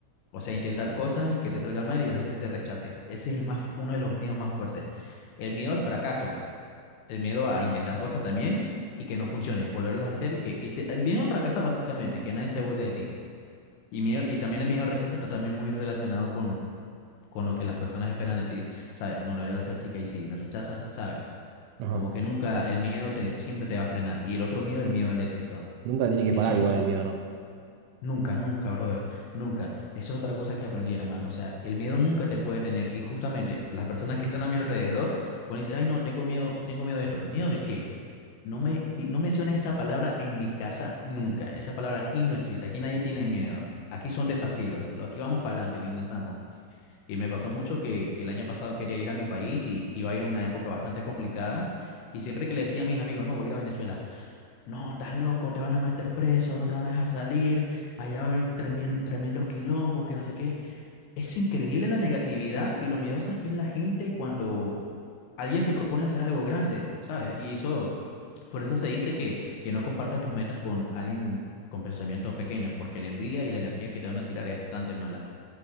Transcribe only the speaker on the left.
O sea, intentar cosas y que te salgan mal y la gente te rechace. Ese es el más, uno de los miedos más fuertes. El miedo al fracaso, el miedo a intentar cosas también y que no funcionen, volverlas a hacer y que y te- el miedo a fracasar básicamente, que nadie se burle de ti. Y, miedo, y también el miedo al rechazo está también muy relacionado con, con lo que las personas esperan de ti. ¿Sabes? No le voy a hablar a esa chica y si me rechaza, ¿sabes?
Como que nunca, el miedo te, siempre te va a frenar. Y el otro miedo, el miedo al éxito.
Esos
Nunca, nunca, brother, nunca. Esa es otra cosa que aprendí, hermano. O sea, el miedo nunca te puede tener. Y justamente las personas que están a mi alrededor, cuando decir, ay, no, tengo miedo, tengo miedo de esto. ¿Miedo de qué? No me, di- no menciones esa palabra en mi casa nunca. Esa palabra aquí no existe. Aquí nadie tiene miedo. Aquí son desafíos. Lo- Aquí vamos para adelante y lo intentamos. Y me pasó mucho que, que el año pasado quería ir a mi país y iba a ir a una época bastante complicada. Y siempre que le decía a mis amigos, no, voy a ir a Venezuela. No, estás loco, te van a meter preso, no te van a dejar salir, allá va a haber tremien- tremendo quilombo, que no sé qué. Es increíble la negatividad y lo miedosa que es la gente cuando alguien se propone hacer algo grande, ¿sabes? Y eso, por eso se dice que, que no compartas tus metas con alguien con pensamientos pequeños, porque la envidia y la energía que te van a tirar es bastante mala.